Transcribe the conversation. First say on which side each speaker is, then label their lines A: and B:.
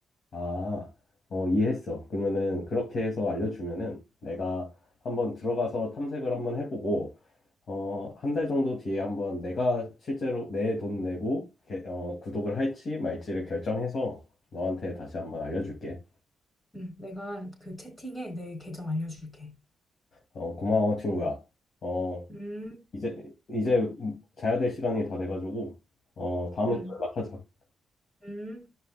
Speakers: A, on the left (about 55°); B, on the left (about 20°).
A: 아, 어, 이해했어. 그러면은 그렇게 해서 알려주면은 내가 한번 들어가서 탐색을 한번 해보고, 어, 한 달 정도 뒤에 한번 내가 실제로 내 돈 내고, 개- 어, 구독을 할지 말지를 결정해서 너한테 다시 한번 알려줄게.
B: 응, 내가 그 채팅에 내 계정 알려줄게.
A: 어, 고마워, 친구야. 어,
B: 음,
A: 이제, 이제 자야 될 시간이 다 돼가지고, 어, 다음에
B: 음,
A: 또 연락하자.
B: 음.